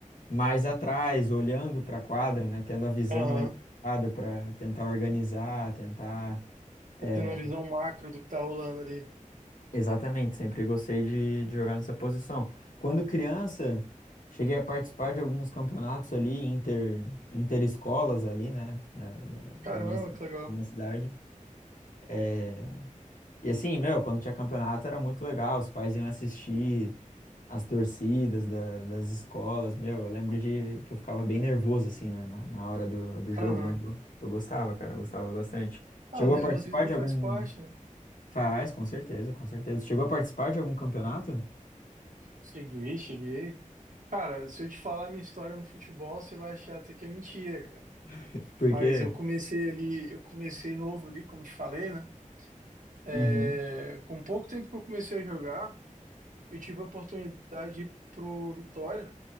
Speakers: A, on the left; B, on the right.
A: mais atrás, olhando para a quadra, né? Tendo a visão
B: Aham.
A: ali Uhum. da quadra para tentar organizar, tentar. é,
B: Tá tendo uma visão macro do que tá rolando ali.
A: exatamente, sempre gostei de, de jogar nessa posição. Quando criança, cheguei a participar de alguns campeonatos ali, inter, interescolas ali, né? Da, da,
B: Caramba,
A: da minha, ci-
B: que legal.
A: da minha cidade. eh, E assim, meu, quando tinha campeonato era muito legal, os pais iam assistir as torcidas da- das escolas, meu, eu lembro de que eu ficava bem nervoso, assim, né, na, na hora do, do jogo,
B: Aham.
A: mas eu, eu gostava, cara, eu gostava bastante.
B: Ah,
A: Chegou
B: nervosismo
A: a participar de
B: faz
A: algum...
B: parte, né?
A: Faz, com certeza, com certeza. Chegou a participar de algum campeonato?
B: Cheguei, cheguei. Cara, se eu te falar minha história no futebol, você vai achar até que é mentira, cara.
A: <laughs> Porque...
B: Mas eu comecei ali, eu comecei novo ali, como te falei, né? É,
A: Uhum.
B: com pouco tempo que eu comecei a jogar, eu tive a oportunidade de ir pro Vitória